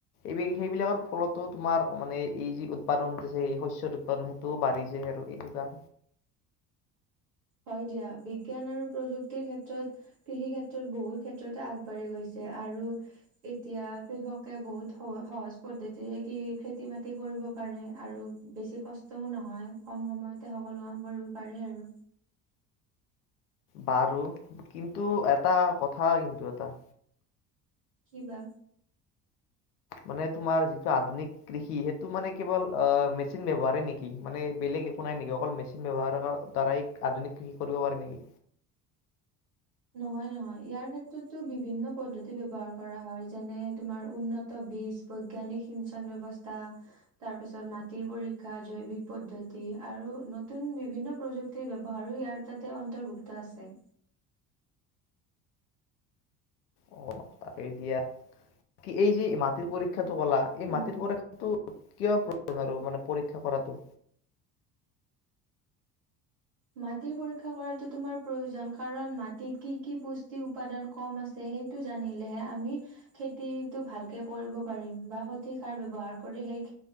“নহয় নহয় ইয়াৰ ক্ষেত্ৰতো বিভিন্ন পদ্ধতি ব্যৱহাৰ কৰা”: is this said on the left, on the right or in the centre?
Right